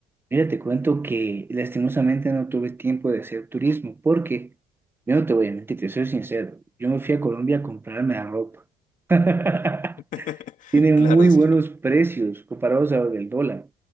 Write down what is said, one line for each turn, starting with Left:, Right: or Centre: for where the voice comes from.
Right: Mira, te cuento que lastimosamente no tuve tiempo de hacer turismo porque yo no te voy a mentir, te soy sincero. Yo me fui a Colombia a comprarme la ropa. <laughs>
Left: <laughs>
Right: Tiene
Left: Claro,
Right: muy buenos
Left: sí,
Right: precios comparados a del dólar.